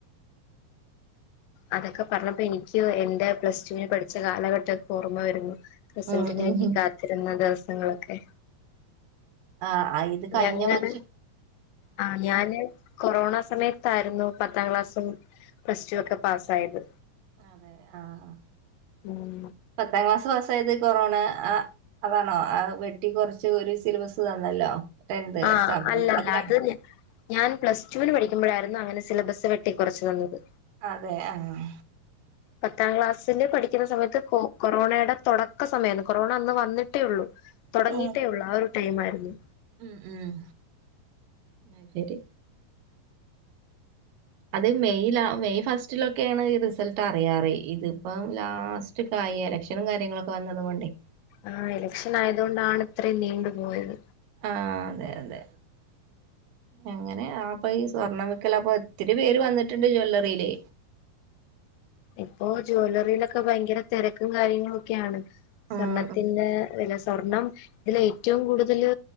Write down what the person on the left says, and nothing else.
അതൊക്കെ പർഞ്ഞപ്പോ എനിക്കു എന്റെ പ്ലസ് ടുവിന് പഠിച്ച കാലഘട്ടൊക്കെ ഓർമ്മ വരുന്നു റിസൾട്ടിന്
വേണ്ടി
കാത്തിരുന്ന ദിവസങ്ങളൊക്കെ
ഞങ്ങള്
ആഹ് ഞാന് കൊറോണ സമയത്താരുന്നു പത്താം ക്ലാസ്സും പ്ലസ് ടു ഒക്കെ പാസ്സായത്
ഉം
ആഹ്
അല്ല
അത് ന് ഞാൻ പ്ലസ് ടുവിന് പഠിക്ക്മ്പഴായിരുന്നു അങ്ങനെ സിലബസ് വെട്ടിക്കുറച്ച് വന്നത്
പത്താം ക്ലാസ്സില് പഠിക്കുന്ന സമയത്ത് കൊ കൊറോണയുടെ തൊടക്ക സമയാന്ന്. കൊറോണ അന്ന് വന്നിട്ടേ ഉള്ളു തൊടങ്ങിയിട്ടേ
ഉള്ളു. ആ ഒരു ടൈമായിരുന്നു
ആഹ് എലക്ഷനായതു കൊണ്ടാണ് ഇത്രയും നീണ്ടുപോയത്
ഇപ്പോ ജ്വല്ലറിയിലൊക്കെ ഭയങ്കര തെരക്കും കാര്യങ്ങളുക്കെയാണ്
സ്വർണത്തിന്റെ
വെല സ് സ്വർണം ഇതിലേറ്റവും കൂടുതല്